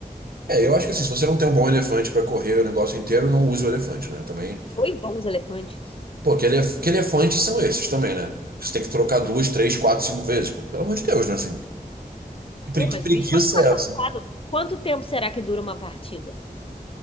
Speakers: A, on the right; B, on the left.
A: É, eu acho que assim, se você não tem um bom elefante pra correr o negócio inteiro, não use o elefante, né? Também.
B: Dois bons elefantes.
A: Pô, que, elef... que elefantes são esses também, né? Que você tem que trocar duas, três, quatro, cinco vezes. Pô, pelo amor de Deus, né? Assim, que pre-
B: Pô,
A: que
B: mas
A: preguiça
B: o bicho pode ficar
A: é
B: cansado.
A: essa?
B: Quanto tempo será que dura uma partida?